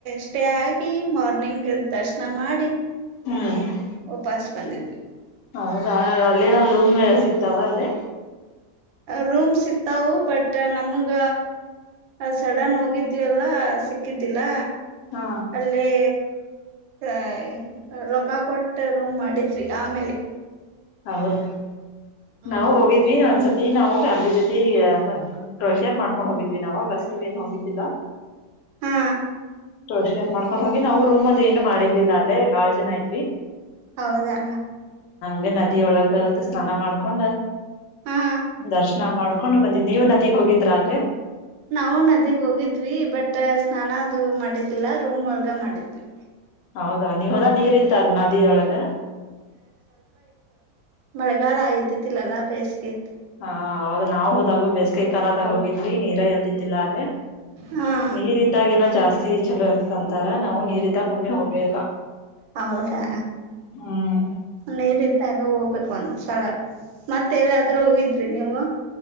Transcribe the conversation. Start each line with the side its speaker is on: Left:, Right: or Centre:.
Right: ಸ್ಟೇ ಆಗಿ ಮಾರ್ನಿಂಗ್ ದರ್ಶನ ಮಾಡಿ.
Left: ಹ್ಮ್
Right: ಓಪಾಸ್ ಬಂದಿದ್ವಿ.
Left: ಹೌದಾ ಅಲ್ಲೇನಾದ್ರು ರೂಮ್ ಎಲ್ಲ ಸಿಕ್ತಾವ ಅಲ್ಲೆ.
Right: ರೂಮ್ ಸಿಕ್ತಾವು ಬಟ್ ನಮ್ಗ ಸಡನ್ ಹೋಗಿದ್ವಿಲ್ಲ ಸಿಕ್ಕಿದ್ದಿಲ್ಲ.
Left: ಹಾ
Right: ಅಲ್ಲೆ ಹ <inaudible> ರೊಕ್ಕ ಕೊಟ್ಟ್ ರೂಮ್ ಮಾಡಿದ್ವಿ ಆಮೇಲೆ.
Left: ಹೌದಾ
Right: ಹ್ಮ್
Left: ನಾವು ಹೋಗಿದ್ವಿ ಒಂದ್ಸಲ್ ತಿ ನಾವು ಫ್ಯಾಮಿಲಿ ಜೊತೆ ಕ್ರೊಷಿಯರ್ ಮಾಡ್ಕೊಂಡ್ ಹೋಗಿದ್ವಿ ನಾವು ಬಸ್ ಇವೆನ್ ಹೋಗಿದ್ದಿಲ್ಲ.
Right: ಹಾ
Left: ಕೃಷಿ ಅತ್ ಮಾಡ್ಕೊಂಡ್ ಹೋಗಿ ನಾವು ರೂಮದೇನು ಮಾಡಿದ್ದಿಲ್ಲ ಅಲ್ಲೇ ಬಾಳ ಜನ ಇದ್ವಿ.
Right: ಹೌದಾ
Left: <unintelligible> ತಿ ಒಳಗ್ ಅದ್ ಸ್ನಾನ ಮಾಡ್ಕೊಂಡ
Right: ಹಾ
Left: ದರ್ಶನ ಮಾಡ್ಕೊಂಡು. ನೀವು ನದೀಗ್ ಹೋಗಿದ್ರಾ ಅಲ್ಲೆ.
Right: ನಾವು ನದಿಗ್ ಹೋಗಿದ್ವಿ ಬಟ್ ಸ್ನಾನ ಅದು ಮಾಡಿದಿಲ್ಲ ರೂಮ್ ಒಳ್ಗ ಮಾಡಿದ್ವಿ.
Left: ಹೌದಾ ನೀ ಹೋದಾಗ್ ನೀರ್ ಇತ್ತ ಅಲ್ ನದಿಯೊಳಗ್.
Right: ಮಳೆಗಾಲ್ ಆಯುದ್ದಿದ್ದಿಲ್ಲಲ್ಲಾ ಬೇಸ್ಗೆ
Left: ಹ ಹೌದು ನಾವ್ ಹೋದಾಗು ಬೇಸಿಗೆಯ ಕಾಲದ ಹ ಗಿದ್ವಿ ನೀರಾ ಎಲ್ದ ಅಲ್ಲೇ
Right: ಹಾ
Left: ನೀರ್ ಇದ್ದಾಗ ಏನೋ ಜಾಸ್ತಿ ಚಲೋ ಇರ್ತ ಅಂತಾರ ನಾವು ನೀರಿದ್ದ ಒಮ್ಮೆ ಹೋಗೇ ಇಲ್ಲ.
Right: ಹೌದಾ
Left: ಹ್ಮ್
Right: ನೀರಿದ್ <unintelligible> ಹೋಗ್ಬೇಕು ಒನ್ಸ್ ತಳ ಮತ್ತೆಲ್ಲಾದ್ರು ಹೋಗಿದ್ರಿ ನೀವು.